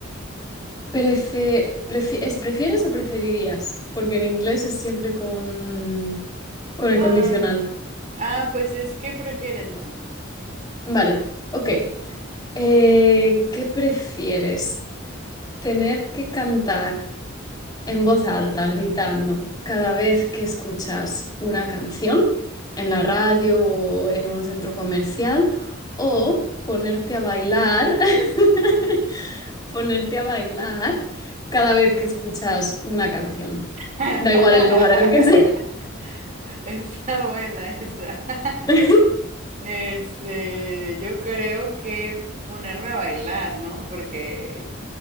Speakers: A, on the left; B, on the right.
A: Prefe- prefi- ¿es prefieres o preferirías? Porque en inglés es siempre con, con el
B: Am,
A: condicional.
B: ah, pues es, ¿qué prefieres, no?
A: Vale, ok. Eh, ¿qué prefieres? ¿Tener que cantar en voz alta, gritando, cada vez que escuchas una canción en la radio o en un centro comercial? ¿O ponerte a bailar, <laughs> ponerte a bailar cada vez que escuchas una canción?
B: <laughs>
A: Da igual el lugar en el que sea.
B: Está buena esa. <laughs>
A: <laughs>
B: Este, yo creo que ponerme a bailar, ¿no? Porque,